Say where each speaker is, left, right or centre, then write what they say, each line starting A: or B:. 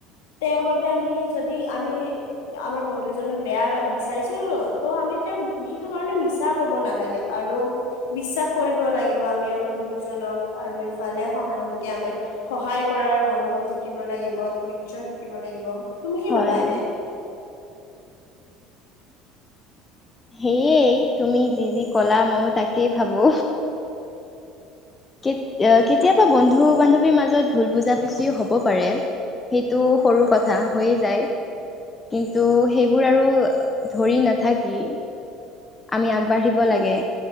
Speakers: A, on the left; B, on the left.
A: তেওঁৰ বাবে আমি যদি আমি আমাৰ বন্ধু এজনৰ বেয়া বিচাৰিছিলোো তো আমি তেওঁক সেইটো কাৰণে মিছা কব নালাগে আৰু বিশ্বাস কৰিব লাগিব আমি আমাৰ বন্ধুজনক আৰু ইফালে সহানুভূতি আমি সহায় কৰাৰ মনোভাৱ থাকিব লাগিব ধৰ্যয় থাকিব লাগিব তুমি কি
B: হয়।
A: ভাবা এনে
B: সেয়ে তুমি যি যি কলা ময়ো তাকেই ভাবো। কে কেতিয়াবা বন্ধু বান্ধৱীৰ মাজত ভুল বুজাবুজি হব পাৰে সেইটো সৰু কথা হৈয়ে যায় কিন্তু সেইবোৰ আৰু ধৰি নাথাকি আমি আগবাঢ়িব লাগে